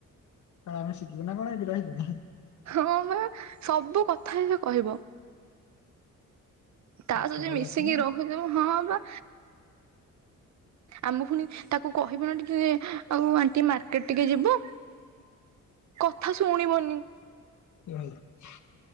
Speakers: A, on the left; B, on the right.
A: କଣ ଆମେ ଶିଝିବୁ ନା କଣ ଏଠି ରହିକି।
B: ହଁ ମା ସବୁ କଥାରେ ସେ କହିବ। ତା
A: ପାଠ
B: ସହ ଯିଏ
A: ପଢି
B: ମିଶିକି
A: ଆସିଛୁ ନା
B: ରହୁଥିଵ ହଁ ହଁ ଆମ ପୁଣି ତାକୁ କହିବୁ ନା ଟିକେ ଆଉ ଆଣ୍ଟି ମାର୍କେଟ୍ ଟିକେ ଯିବୁ କଥା ଶୁଣିବନି।
A: ଭଲ। <inaudible>